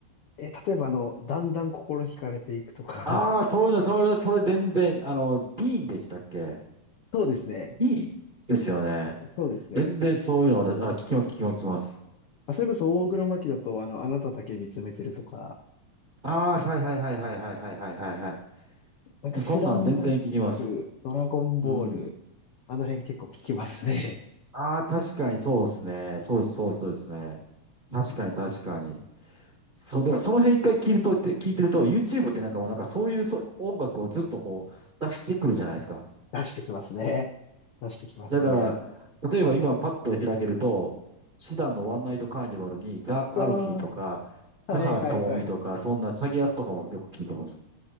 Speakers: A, on the left; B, on the right.
A: う。え、例えば、あの、だんだん心惹かれていくとか、
B: ああ、そういうの、それ、それ全然、あの、ディーンでしたっけ
A: <laughs> そうですね。
B: ディーンですよね。
A: そうですね。
B: 全然そういうの私、あ、聞きます、聞きます、聞きます。
A: あ、それこそ、大黒摩季だと、あの、あなただけ見つめてるとか、
B: ああ、はいはいはいはいはいはいはいはいは
A: なんか、
B: い。
A: スラムダンク、
B: そんなん全然聞きます。
A: ドラゴンボール、
B: うん。
A: あの辺結構聞きますね。
B: ああ、確かにそうですね。そうです、そうですそうですね。
A: <laughs>
B: 確かに確かに。
A: い
B: そう、でもその辺一回聞いると、って聞いてると、YouTube ってなんかもうなんかそういうそう音楽をずっとこう出してくるじゃないですか。
A: 出してきますね。出してきますね。
B: だから、例えば今パッと開けると、シダンのワンナイトカーニバルにザ・アルフィーとか、
A: ああ、
B: 田原智美とか、
A: はいはいはい。
B: そんなチャギアスとかもよく聞いてます。